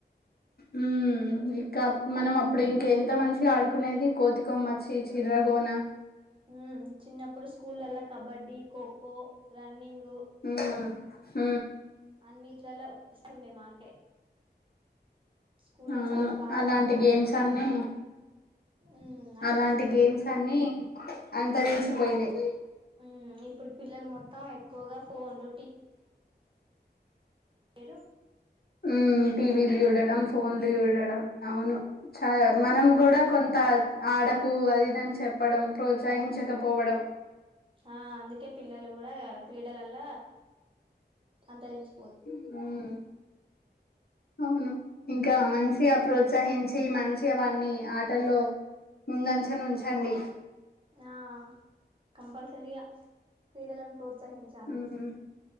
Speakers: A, on the left; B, on the right.
A: ఉమ్ ఇకా మనం అప్ పుడు ఇంకెంత మంచిగా ఆడుకునేది కోతి కొమ్మచ్చి చిర్రగోన
B: ఉమ్ చిన్నప్పుడు స్కూల్లలా కబడ్డీ ఖోఖో రన్నింగు
A: ఉమ్ ఉమ్
B: అన్నిట్లల ఫస్ట్ ఉండే మాకే స్కూల్లో
A: అవును
B: చాలా బాగా
A: అలాంటి
B: ఆడుకుంటుండే
A: గేమ్స్ అన్ని
B: ఉమ్ అయిపోయినాయి
A: అలాంటి
B: ఇప్పుడు
A: గేమ్స్ అన్ని అంతరించిపోయినై
B: ఉమ్ ఇప్పుడు పిల్లలు మొత్తం ఎక్కువగా ఫోన్లు మీరు
A: ఉమ్ టీవీలు చూడడం ఫోన్లు చూడడం అవును చ మనం గుడా కొంత ఆడకు అది ఇదని చెప్పడం ప్రోత్సహించకపోవడం
B: ఆ అందుకే పిల్లలు గుడా క్రీడలల అంతరించి
A: ఉమ్ అవును ఇంకా మంచిగా ప్రోచ్ ప్రోత్సహించి మంచిగ వాన్ని ఆటల్లో ముందంచున ఉంచండి
B: ఆహ్ కంపల్సరిగా క్రీడలను ప్రో ప్రోత్సహించాలే
A: ఉమ్